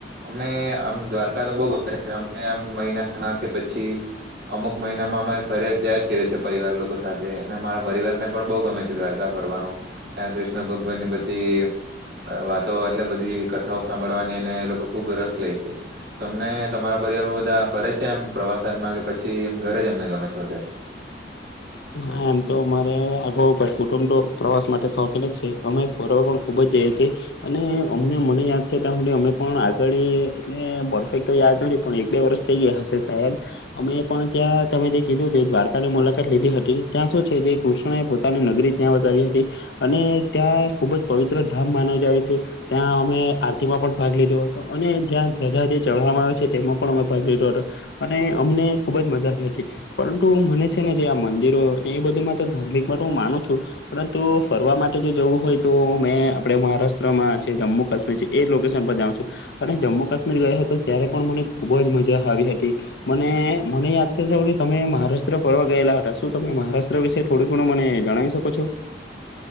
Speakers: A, on the right; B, on the left.
A: અમને આમ દ્વારકા તો બહુ ગમે છે અ આમ મહિનામાં કે પછી અમુક મહિનામાં અમે ફરી જાય જ કરીએ છેય પરિવાર લોકો સાથે અને મારા પરિવાર ને પણ બહુ ગમે છે દ્વારકા ફરવાનું ત્યાં કૃષ્ણ ભગવાનની બધી વાતો એટલે બધી કથાઓ સાંભળવાની અને એ લોકો ખુબ રસ લે છે તમને તમારા પરિવાર માં બધા ફરે છે એમ પ્રવાસનમાં કે પછી એમ ઘરે જ એમને ગમે છે વધારે
B: <unintelligible> એમ તો અમારે આખો ઉપર ર્કુટુંબ તો પ્રવાસ માટે શોખીન જ છે અમે ફરવા પણ ખુબ જ જઈએ છીએ અને અમને મને યાદ છે ત્યાં હુંધી અમે પણ આગળ એટલે પરફેકટ તો યાદ નથી પણ એક બે વર્ષ થઈ ગયા હશે શાયદ અમે પણ ત્યાં તમે જે કીધું દ્વારકાની મુલાકાત લીધી હતી તે ત્યાં શું છે જે કૃષ્ણ એ પોતાની નગરી ત્યાં વસાવી હતી અને ત્યાં ખુબ જ પવિત્ર ધામ માને જાય છે ત્યાં અમે આરતીમાં પણ ભાગ લીધો હતો અને ત્યાં જતા જે ચઢવામાં આવે છે તેમાં પણ અમે ભાગ લીધો હતો અને અમને ખુબ જ મજા આવી હતી પરંતુ મને છે ને જે આ મંદિર એ બધું માં તો ધાર્મિક માતો હું માનું છું પરંતુ ફરવા માટે જો જવું હોય તો મેં આપણે મહારાષ્ટ્રમાં છે જમ્મુ કાશ્મીર છે એ લોકેશન પર જાઉં છું અને જમ્મુ કાશ્મીર ગયા હતો ત્યારે પણ મને ખુબ જ મજા આવી હતી મને મને યાદ છે તમે મહારાષ્ટ્ર ફરવા ગયેલા હતા શું તમે મહારાષ્ટ્ર વિશે થોડું ઘણું મને જણાવી શકો છો